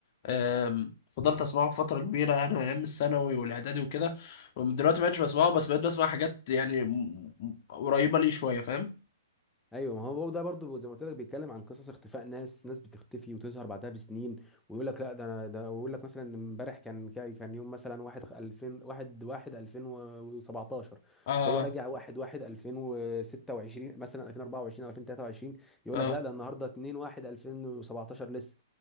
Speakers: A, on the left; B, in the centre.
A: آم، فضلت اسمعه فتره كبيره يعني ايام الثانوي والاعدادي وكده دلوقتي ما بقتش بسمعه بس بقيت بسمع حاجات يعني م- م- قريبه ليه شويه فاهم
B: ايوه ما هو ده برضو زي ما قلت لك بيتكلم عن قصص اختفاء ناس ناس بتختفي وتظهر بعدها بسنين ويقول لك لا ده انا ده ويقول لك مثلا إن امبارح كان كان يوم مثلا 1 2000 1 1 2017
A: اه
B: هو راجع 1 1 2026 مثلا 2024 او 2023 يقول
A: اه
B: لك لا ده النهارده 2 1 2017 لسه